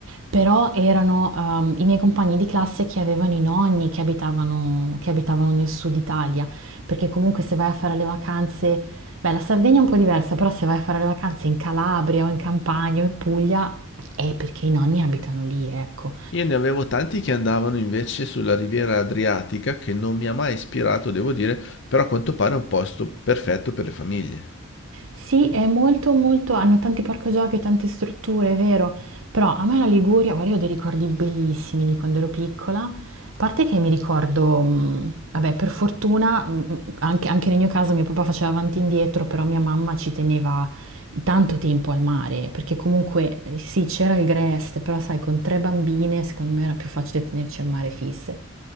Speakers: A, on the right (about 75°); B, on the left (about 60°).
A: però erano ehm, i miei compagni di classe che avevano i nonni che abitavano, che abitavano nel sud Italia, perché comunque se vai a fare le vacanze, beh, la Sardegna è un po' diversa, però se vai a fare le vacanze in Calabria o in Campania o in Puglia è perché i nonni abitano lì, ecco.
B: Io ne avevo tanti che andavano invece sulla riviera Adriatica che non mi ha mai ispirato, devo dire, però a quanto pare è un posto perfetto per le famiglie.
A: Sì, è molto molto hanno tanti parco giochi, tante strutture, è vero, però a me la Liguria, guarda, io ho dei ricordi bellissimi di quando ero piccola. A parte che mi ricordo, mh, vabbè, per fortuna, mh, anche, anche nel mio caso mio papà faceva avanti e indietro, però mia mamma ci teneva tanto tempo al mare, perché comunque eh, sì, c'era il Grest, però sai, con tre bambine secondo me era più facile tenerci al mare fisse.